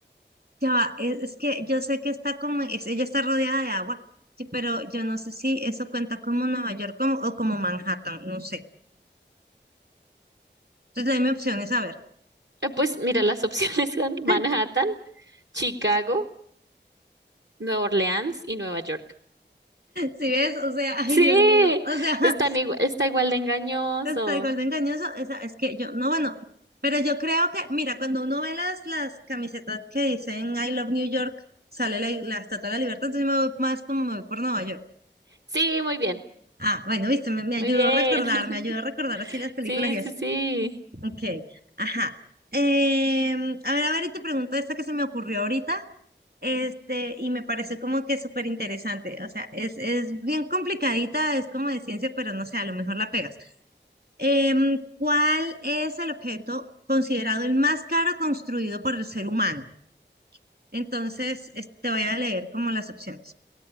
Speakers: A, on the right; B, on the right.
A: ya va, es, es que yo sé que está como, es- ella está rodeada de agua, sí, pero yo no sé si eso cuenta como Nueva York como, o como Manhattan, no sé. Entonces, dame opciones, a ver.
B: Eh, pues mira, las <laughs> opciones son Manhattan,
A: <laughs>
B: Chicago, Nueva Orleans y Nueva York.
A: Si ves? O sea, <laughs> ay,
B: Sí,
A: Dios mío, o sea,
B: están igua- está igual de engañoso.
A: Hasta el gordo engañoso, esa- es que yo, no, bueno, pero yo creo que, mira, cuando uno ve las, las camisetas que dicen I love New York, sale la, la Estatua de la Libertad, entonces yo me voy más como me voy por Nueva York.
B: Sí, muy bien,
A: Ah, bueno, viste, me, me ayudó
B: muy bien.
A: a recordar,
B: <laughs>
A: me ayudó a recordar así las películas
B: Sí,
A: y así.
B: sí, sí.
A: Ok, ajá. Em, a ver, a ver, y te pregunto esta que se me ocurrió ahorita, este, y me pareció como que súper interesante, o sea, es, es bien complicadita, es como de ciencia, pero no sé, a lo mejor la pegas. Em, ¿cuál es el objeto considerado el más caro construido por el ser humano? Entonces, es- te voy a leer como las opciones.